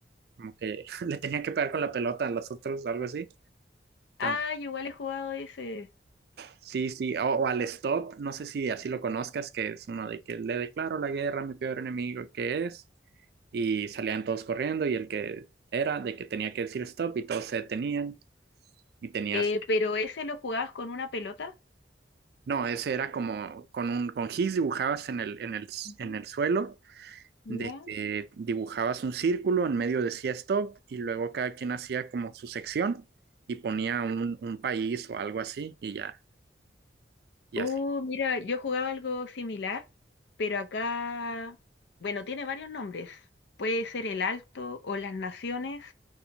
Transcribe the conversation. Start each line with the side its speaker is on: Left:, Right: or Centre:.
Right: como que <laughs> le tenía que pegar con la pelota a los otros, algo así. Entonces,
Left: Ah, yo igual he jugado ese.
Right: sí, sí, o, o al stop, no sé si así lo conozcas, que es uno de que le declaro la guerra a mi peor enemigo, que es, y salían todos corriendo y el que era de que tenía que decir stop y todos se detenían y tenías,
Left: Eh, pero ese lo jugabas con una pelota.
Right: no, ese era como con un, con gis dibujabas en el, en el,
Left: Ujú.
Right: en el suelo,
Left: ¿Ya?
Right: de que dibujabas un círculo, en medio decía stop y luego cada quien hacía como su sección y ponía un, un país o algo así y ya, y
Left: Uh,
Right: así.
Left: mira, yo jugaba algo similar, pero acá, bueno, tiene varios nombres. Puede ser el Alto o las Naciones